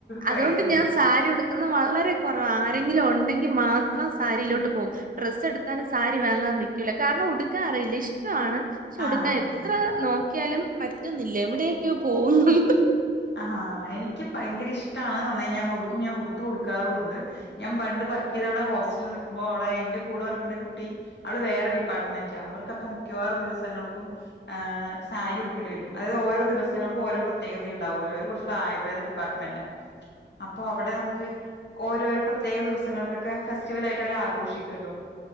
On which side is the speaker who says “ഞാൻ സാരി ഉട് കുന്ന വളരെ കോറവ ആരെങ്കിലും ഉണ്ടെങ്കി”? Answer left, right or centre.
Right